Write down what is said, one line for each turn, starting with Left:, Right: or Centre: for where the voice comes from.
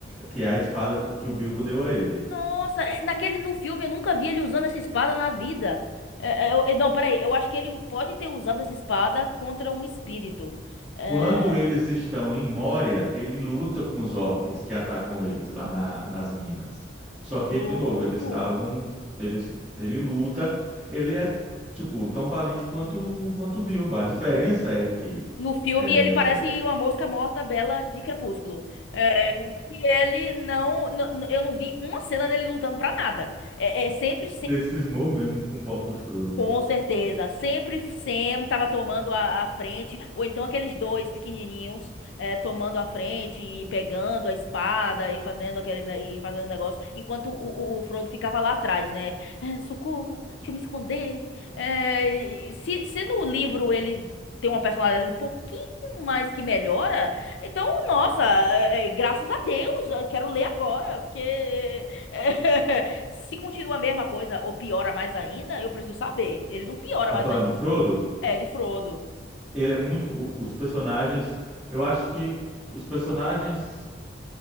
Centre: que é a espada que o Bilbo deu a ele.
Left: Nossa, é, naquele, no filme eu nunca vi ele usando essa espada na vida. É, é, eu- é, não, peraí, eu acho que ele pode ter usado essa espada contra um espírito. É,
Centre: Quando eles estão em Moria, ele luta com os orques que atacam eles lá na- nas minas. Só que,
Left: Frodo?
Centre: de novo, eles estavam. Eles, ele luta, ele é, tipo, tão valente quanto, quanto o Bilbo. A diferença é que
Left: No filme,
Centre: é,
Left: ele parece uma mosca morta bela de Crepúsculo. É, que ele não, n- n- Eu não vi uma cena dele lutando pra nada. É, é sempre,
Centre: você cismou mesmo com o pobre do Frodo,
Left: com
Centre: né?
Left: certeza. Sempre Sam tava tomando a, a frente, ou então aqueles dois pequenininhos eh, tomando a frente e pegando a espada e fazendo aquele ne- e fazendo negócio, enquanto o, o, o Frodo ficava lá atrás, né? Eh, socorro, deixa eu me esconder. Eh, e- e se, se no livro ele tem uma personalidade um pouquinho mais que melhora, então, nossa, eh, eh, graças a Deus, eu quero ler agora, porque <laughs> Se continua a mesma coisa ou piora mais ainda, eu preciso saber. Ele não piora
Centre: Tá
Left: mais
Centre: falando
Left: ainda.
Centre: de Frodo?
Left: É, de Frodo.
Centre: Ele é muito. o- os personagens. Eu acho que os personagens